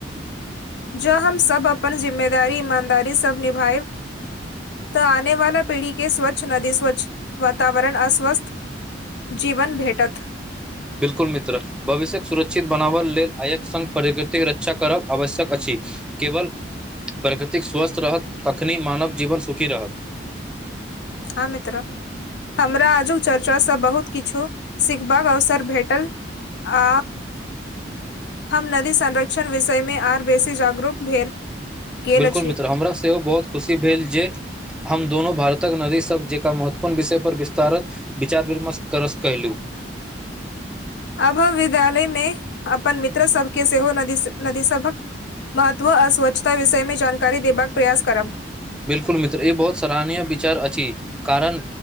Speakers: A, on the left (about 65°); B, in the centre.
A: जॅ हम-सब अपन जिम्मेदारी ईमानदारी सब निभायब। तऽ आने वाला पीढ़ी के स्वच्छ नदी, स्वच्छ वातावरण आ स्वस्थ। जीवन भेटत।
B: बिल्कुल मित्र। भविष्यक सुरक्षित बनाबय लेल आयक सङ्ग प्रकृतिक रक्षा करब आवश्यक अछि। केवल प्रकृतिक स्वस्थ रहत तखनि मानव जीवन सुखी रहत।
A: हँ मित्र। हमरा आजुक चर्चासँ बहुत किछु सिखबाक अवसर भेटल। आ। हम नदी संरक्षण विषय में आर बेसी जागरूक भेल। गेल
B: बिल्कुल
A: अछि
B: मित्र, हमरा सेहो बहुत खुशी भेल जे। हम दोनो भारतक नदी सब जेका महत्वपूर्ण विषय पर विस्तारत। विचार-विमर्श करस कयलहुँ।
A: अब विद्यालय में अपन मित्र सबके सेहो नदी, नदी सभहक। महत्व आ स्वच्छता विषय में जानकारी देबाक प्रयास करब।
B: बिलकुल मित्र, ई बहुत सराहनीय विचार अछि कारण।